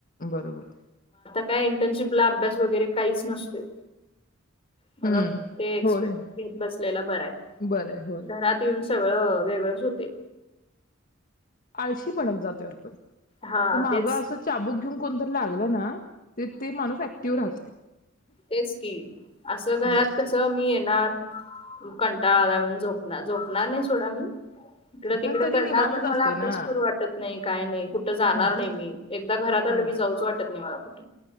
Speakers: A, on the left (about 45°); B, on the left (about 30°).
A: बरोबर.
B: ह्या इंटर्नशिपला अभ्यास वैगरे काहीच नसतोय. मं..
A: हम्म
B: ग ते एकपिरियन्स
A: होय
B: घेत बसलेला बरा हाय.
A: बरं आहे होय
B: घरात येऊन सगळं... वेगळंलंच होतय.
A: कशी.. पळुन जातोय आपण?
B: हा
A: ते माग
B: तेच
A: असं चाबूक घेऊन कोनतरी लागलं ना, ते - ते माणूस ऍक्टिव्ह राहतंय.
B: तेचकी, असं घरात
A: बर
B: कस मी येनार -- कंटाळा आला म्हणून झोपणार, झोपणार नाही सोडा मी. इकडं - तिकडं
A: पण तरी
B: करणार,
A: निवांतच
B: पन मला
A: असतोय
B: अभ्यास
A: ना
B: करू वाटत नाही. काय नही कु कुठं जाणार
A: हा
B: नाही मी, एकदा घरात आलं
A: बरोबर
B: कीं जाऊच वाटत नाय कुठं.